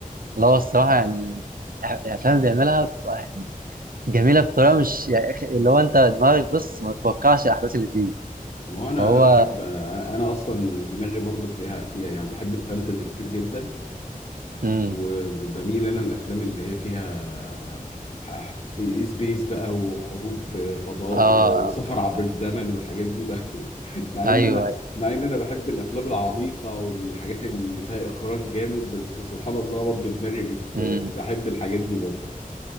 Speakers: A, on the right; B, on the left.
A: اللي هو الصراحه يعني الافلام اللي بيعملها بتبقى يعني جميله بطريقه مش يعني أخ- اللي هو انت دماغك بص ما تتوقعش الاحداث اللي فيه
B: ما هو انا
A: فهو
B: انا بحب انا اصلا دماغي برضو فيها فيها يعني بحب الفانتازي كتير جدا
A: امم
B: وبميل انا الافلام اللي هي فيها ح- سبيس بقى وحروب فضاء
A: اه
B: وسفر عبر الزمن والحاجات دي بقى <laughs> مع
A: ايوه
B: ان انا مع ان انا بحب الافلام العميقه والحاجات اللي فيها اخراج جامد بس سبحان الله برضو دماغي بت...
A: امم
B: بحب الحاجات دي برضو